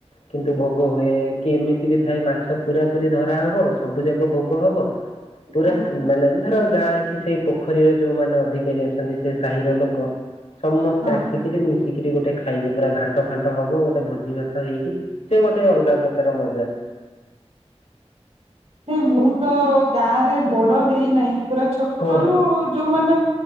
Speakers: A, on the left (about 80°); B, on the right (about 75°).
A: କିନ୍ତୁ ଭୋଗ ହୁଏ, କି ଏମିତି ବି ଥାଏ ମାଛ ପୁରା ପୁରି ଧରା ହବ, ସବୁ ଯାକ ଭୋଗ ହବ ପୁରା
B: ହଁ
A: ମାନେ ଧର ଗାଁ - ସେଇ ପୋଖରୀର ଯୋଉମାନେ ଅଧିକାରୀ ଅଛନ୍ତି ସେ ସାହିର ଲୋକ ସମସ୍ତେ
B: ହଁ
A: ଆସିକିରି ମିଶିକି ଗୋଟେ ଖାଇବେ ପୁରା ଘାଣ୍ଟ ଫାଣ୍ଟ ହବ ଗୋଟେ ଭୋଜି ଭାତ ହେଇକି ସେ ଗୋଟେ ଅଲଗା ପ୍ରକାର ମଜା।
B: ହେ ମୁଁ ତ ଗାଁ ରେ ବଡ ହେଇନାହିଁ। ପୁରା ଛୋଟ
A: ଓହୋ
B: ରୁ ଯୋଉମାନେ